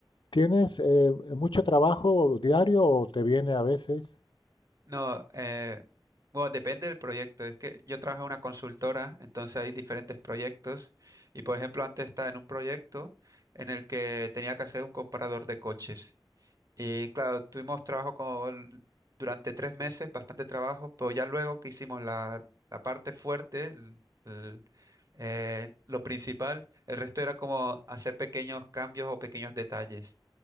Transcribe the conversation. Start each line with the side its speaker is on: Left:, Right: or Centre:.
Left: ¿tienes eh, mucho trabajo diario o te viene a veces?
Right: No, eh, bueno, depende del proyecto. Es que yo trabajo en una consultora, entonces hay diferentes proyectos. Y por ejemplo, antes estaba en un proyecto en el que tenía que hacer un comparador de coches. Y claro, tuvimos trabajo con, durante tres meses, bastante trabajo, pero ya luego que hicimos la, la parte fuerte, el- el, eh, lo principal, el resto era como hacer pequeños cambios o pequeños detalles.